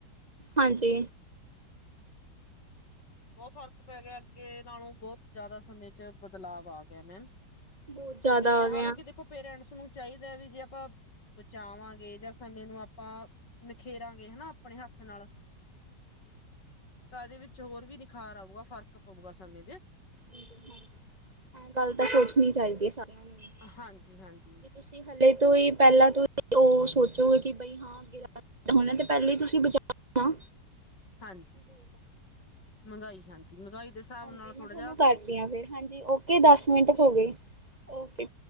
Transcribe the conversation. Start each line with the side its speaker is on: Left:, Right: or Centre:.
Right: ਹਾਂਜੀ।
Left: ਬਹੁਤ ਫ਼ਰਕ ਪੈ ਗਿਆ ਅੱਗੇ ਨਾਲੋਂ। ਬਹੁਤ ਜ਼ਿਆਦਾ ਸਮੇਂ ਚ ਬਦਲਾਵ ਆ ਗਿਆ ਮੈਮ।
Right: ਬਹੁਤ ਜ਼ਿਆਦਾ
Left: ਤੇ ਹਾਲਾਂਕਿ
Right: ਆ ਗਿਆ।
Left: ਦੇਖੋ ਪੇਰੈਂਟਸ- ਉਸਨੂੰ ਚਾਹੀਦਾ ਵੀ ਜੇ ਆਪਾਂ ਬਚਾਵਾਂਗੇ ਜਾਂ ਸਮੇਂ ਨੂੰ ਆਪਾਂ ਨਿਖੇਰਾਂਗੇ ਹਨਾ ਆਪਣੇ ਹੱਥ ਨਾਲ, ਤਾਂ ਇਹਦੇ ਵਿੱਚ ਹੋਰ ਵੀ- ਬੁਖਾਰ ਆਊਗਾ, ਫ਼ਰਕ ਪਊਗਾ ਸਮੇਂ ਦੇ-
Right: ਹਾਂਜੀ-ਹਾਂਜੀ, ਇਹ ਗੱਲ ਤਾਂ ਸੋਚਣੀ ਚਾਹੀਦੀ ਹੈ ਸਾਰਿਆਂ ਨੂੰ। ਕੀ
Left: ਹਾਂਜੀ, ਹਾਂਜੀ,
Right: ਤੁਸੀਂ ਹਲੇੇ ਵੀ - ਤੋਂ ਹੀ ਪਹਿਲਾਂ ਤੋਂ ਸੀ। ਉਹ ਸੋਚੋਗੇ ਕਿ ਬਈ ਹਾਂ ਹੋਣਾ ਤੇ ਹੈ। ਪਹਿਲਾਂ ਹੀ ਤੁਸੀਂ ਬਚਾਓ ਨਾ।
Left: ਹਾਂਜੀ, ਮਹਿੰਗਾਈ-ਹਾਂਜੀ ਮਹਿੰਗਾਈ- ਦੇ ਹਿਸਾਬ
Right: ਹਾਂਜੀ,
Left: ਨਾਲ
Right: ਮੈਂ
Left: ਥੋੜਾ
Right: ਤੁਹਾਨੂੰ
Left: ਜਿਹਾ
Right: ਕਰਦੀ ਆ ਫਿਰ ਹਾਂਜੀ। ਓਕੇ
Left: ਠੀਕ,
Right: ਦਸ ਮਿੰਟ
Left: ਠੀਕ
Right: ਹੋ ਗਏ ਓਕੇ।